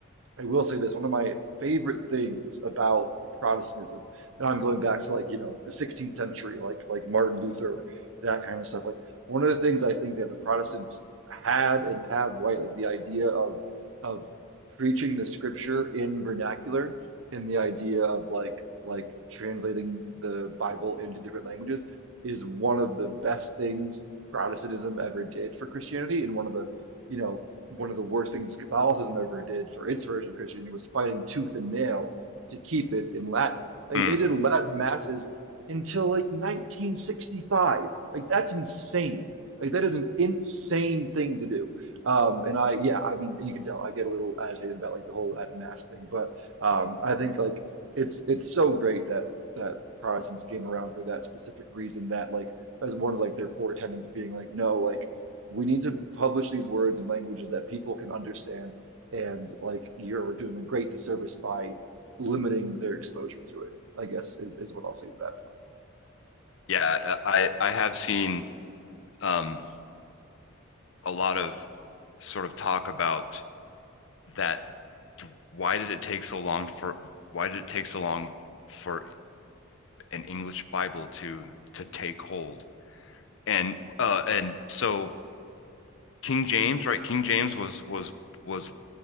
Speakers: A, on the right (about 70°); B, on the left (about 65°).
A: I will say this, one of my favorite things about Protestantism, and I'm going back to like, you know, the 16th century, like like Martin Luther, that kind of stuff. Like one of the things I think that the Protestants had and have right, like the idea of of preaching the scripture in vernacular, and the idea of like like translating the Bible into different languages is one of the best things Protestantism ever did for Christianity, and one of the, you know, one of the worst things Catholicism ever did for its version of Christianity was fighting tooth and nail to keep it in Latin. Like
B: Mm.
A: they did Latin masses until like 1965. Like that's insane. Like that is an insane thing to do. Um, and I, yeah, I mean, you can tell I get a little agitated about like the whole Latin mass thing, but um, I think like it's it's so great that that Protestants came around for that specific reason that like as one of like their core tenets being like no like we need to publish these words in languages that people can understand and like you're doing a great disservice by limiting their exposure to it, I guess is, is what I'll say to that point.
B: yeah i i have seen um a lot of sort of talk about that why did it take so long for why did it take so long for an English Bible to to take hold? And uh and so King James, right? King James was was was